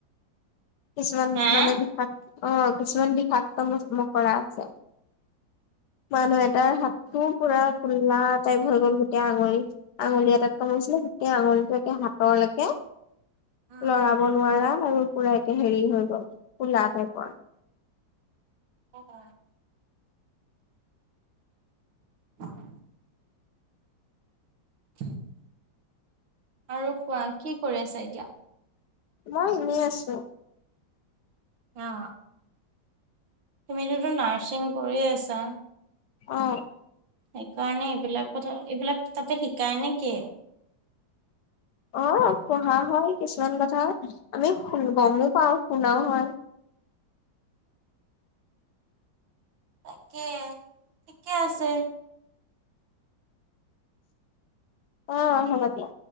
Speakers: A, on the left; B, on the right.
A: কিছুমান
B: হা
A: মানে বিষা অ' কিছুমান বিষাক্ত ম - মকৰা আছে। মানুহ এটাৰ হাতটো পুৰা ফুল্লা টাইপ হৈ গ'ল গোটেই আঙুলি, আঙুলি এটাত কামোইছিলে। গোটেই আঙুলিটো এতিয়া হাতৰলৈকে,
B: অ'।
A: লৰাব নোৱাৰা আৰু পুৰা হেৰি হৈ গ'ল, কোলা পাইকন।
B: অঁ। উ <inaudible> <inaudible> আৰু কোৱা কি কৰি আছা এতিয়া?
A: মই এনেই আছো।
B: অ, তুমিতোতো নাৰ্ছিং কৰি আছা।
A: অ।
B: সেইকাৰণে এইবিলাক কথা, এইবিলাক তাতে শিকায় নেকি?
A: অ পঢ়া হয় কিছুমান কথা, আমি শুনিব গম পাও শুনাও হয়।
B: তাকে ঠিকে আছে।
A: অ হব দিয়া।